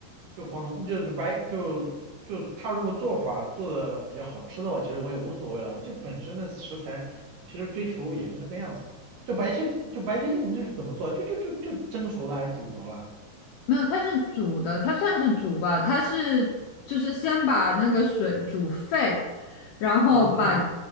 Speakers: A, on the right; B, on the left.
A: 就光就就白就就他如果做法做的比较好吃的话，其实我也无所谓了。我这本身的食材其实追求也就那个样子。就白切鸡，就白切鸡，你这是怎么做？就就就就蒸熟了还是煮熟了？
B: 没有，它是煮的，它算是煮吧，它是就是先把那个水煮沸，然后把
A: 嗯嗯，